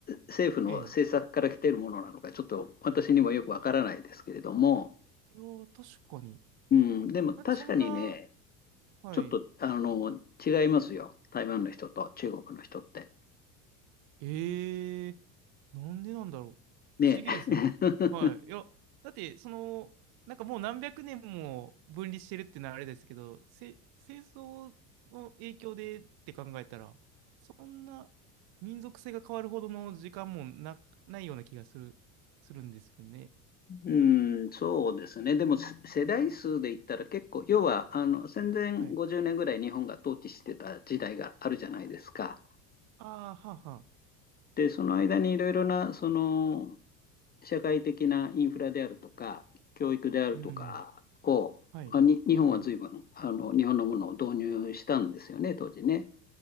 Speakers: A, on the left; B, on the right.
A: 政府の政策から来ているものなのか、
B: い。ええ。
A: ちょっと私にもよくわからないですけれども、
B: いやー、確かに。
A: うん、でも確かにね、
B: だってそんな、はい。
A: ちょっと、あの、違いますよ。台湾の人と中国の人って。
B: ええなんでなんだろう。不思議ですね。
A: ね。<laughs>
B: はい。いや、だって、その、なんかもう何百年も分離してるっていうのはあれですけど、せ、戦争の影響でって考えたら、そんな民族性が変わるほどの時間もな、ないような気がする、するんですよね。
A: うん、そうですね。でもせ世代数で言ったら結構、要はあの戦前50年ぐらい日本が統治してた時代があるじゃないですか。
B: はい。ああ、はあ、はあ。
A: で、その間にいろいろなその社会的なインフラであるとか、教育であるとかを、
B: うん。はい。
A: まあ、に日本は随分あの日本のものを導入したんですよね、
B: はい。
A: 当時ね。